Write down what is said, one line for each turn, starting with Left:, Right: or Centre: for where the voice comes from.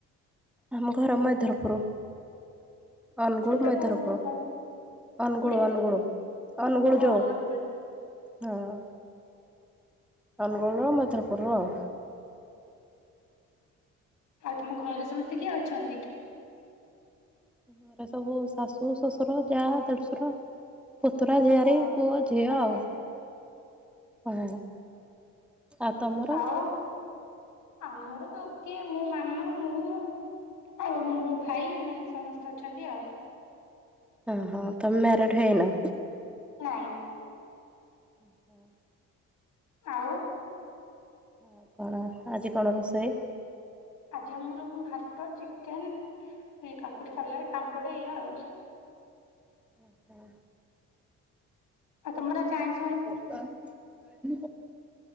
Centre: ଆମ ଘର ମୟଧରପୁର। ଅନୁଗୁଳ,
Left: ସେଟା
Centre: ମୈଥରପୁର,
Left: କୋଉ ଲାଇନ
Centre: ଅନୁଗୁଳ
Left: କୋଉଠି?
Centre: ଅନୁଗୁଳ ଅନୁଗୁଳ
Left: ଓହୋ
Centre: ଯୋଉ।
Left: ଅନୁଗୁଳ।
Centre: ହଁ। ଅନୁଗୁଳ ର ମୈଧରପୁର ଆଉ।
Left: ଆଉ ତମ ଘରେ ସମସ୍ତେ କିଏ ଅଛନ୍ତି?
Centre: ଘରେ ସବୁ ଶାଶୁ, ଶ୍ୱଶୁର, ଯା, ଦେଢଶୁର। ପୁତୁରା, ଝିଆରି,
Left: ହଁ
Centre: ପୁଅ, ଝିଅ
Left: ସମସ୍ତେ।
Centre: ଆଉ। <unintelligible> ତମର?
Left: ଆଉ ଆମର କିଏ ମୋ ମାମା, ମୁଁ। ଆଉ ମୋ ଭାଇ ଏମାନେ ସମସ୍ତେ ଅଛନ୍ତି ଆଉ।
Centre: ଓହୋ ତମେ ମ୍ୟାରେଡ ହେଇନ?
Left: ନାଇଁ।
Centre: ଅ ହ।
Left: ଆଉ।
Centre: ଓ କଣ ଆଜି କଣ ରୋଷେଇ?
Left: ଆଜି ଆମର ଙ୍କ ଭାତ, ଚିକେନ, କାକୁଡି ସାଲାଡ, ପାମ୍ପଡ ଏୟା ଆଉ।
Centre: ଓ ହୋ।
Left: ଆଉ ତମର ଯାଇଁ
Centre: <unintelligible> କଣ